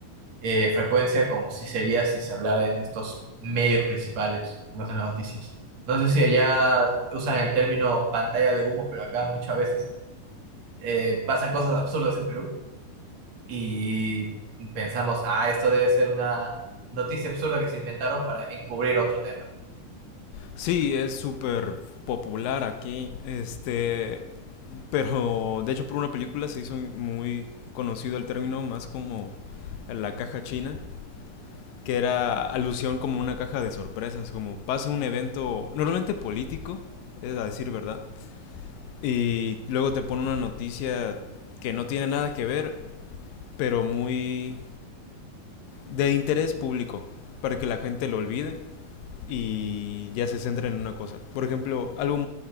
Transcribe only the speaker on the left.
Sí, es súper popular aquí. Este, pero de hecho por una película se hizo muy conocido el término más como la caja china, que era alusión como una caja de sorpresas, como pasa un evento normalmente político, es a decir verdad, y luego te pone una noticia que no tiene nada que ver, pero muy de interés público, para que la gente lo olvide y ya se centre en una cosa. Por ejemplo, algo,